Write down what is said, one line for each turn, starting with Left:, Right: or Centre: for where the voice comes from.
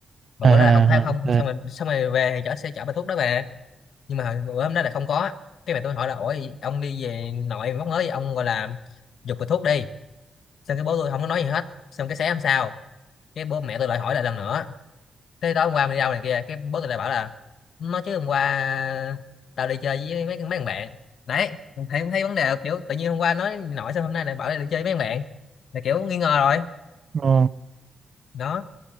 Left: mà
Right: à
Left: bữa đó là không thấy không
Right: ok ừ.
Left: xong rồi xong rồi về thì chở sẽ chở bao thuốc đó về nhưng mà hồi- bữa hôm đó là không có á. cái mẹ tôi hỏi là ủa ông đi về nội mà móc mới ông gọi là giục bịch thuốc đi xong cái bố tôi không có nói gì hết xong cái sáng hôm sau cái bố mẹ tôi lại hỏi lại lần nữa thế tối hôm qua mình đi đâu này kia cái boss lại bảo là nó chứ hôm qua tao đi chơi với mấy mấy thằng bạn đấy thấy thấy vấn đề là kiểu tự nhiên hôm qua nói nổi sao hôm nay lại bảo là đi chơi với mấy thằng bạn là kiểu nghi ngờ rồi
Right: Ờ,
Left: đó